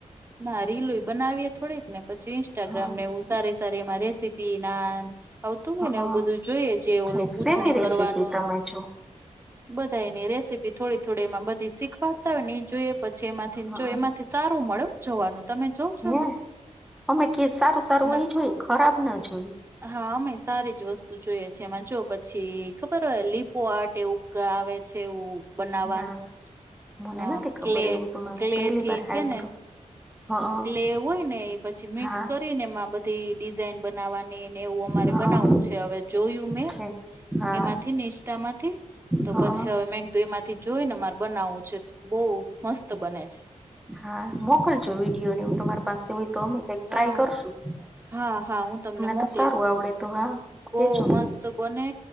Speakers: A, on the right; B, in the centre.
A: ના રીલુ બનાવીએ થોડીક ને પછી ઇન્સ્ટાગ્રામ
B: હા
A: ને એવું સારી સારી એમાં રેસી ટી નાન આવતું હોય ને
B: હા
A: એવું બધું જોઈએ જે
B: ઠીક
A: ઓલું ગુથણી
B: શેની રેસીપી
A: કરવાનું
B: તમે <inaudible>
A: બધા એની રેસીપી થોડી થોડી એમાં બધી શીખવાડતા હોય ને ઈ જોઈએ પછી એમાંથી
B: હા
A: જો એમાં સારું મળે જોવાનું તમે જોવ છો
B: હ
A: એમાં?
B: અમે કે સારું સારું
A: ના.
B: હોય ઈ જોઈ એ ખરાબ ના જોઈએ
A: હા અમે સારી જ વસ્તુ જોઈએ છેએ એમાં જો પછી ખબર હોય લીપો આર્ટ એવું કઆવે છે એવું બનાવાનું
B: ના મને
A: અ
B: નથી ખબર
A: ક્લે
B: એવું તો મે
A: ક્લે
B: પેલી
A: થી
B: વાર સાંભળ્યું
A: છે ને
B: હા
A: કલે હોય ને એ પછી મિક્સ
B: હા
A: કરીને એમાં બધી ડિઝાઇન બનાવાનીને એવું મારે
B: હા
A: બનાવવું છે. હવે જોયું મેં.
B: છે હા
A: એમાંથી ઇન્સ્ટા માંથી તો
B: હા
A: પછી હવે મે કીધું હવે એમાંથી જોઈ ને માર બનાવવું છે બહુ મસ્ત બને છે.
B: હા મોકલજો વિડીયો ને એવું તમારી પાસે હોય તો અમે કઈક ટ્રાય
A: હા
B: કરશું.
A: હા હા હું તમને મોકલીશ.
B: તો સારું આવડે તો હા
A: બવ
B: કેજો
A: મસ્ત બને,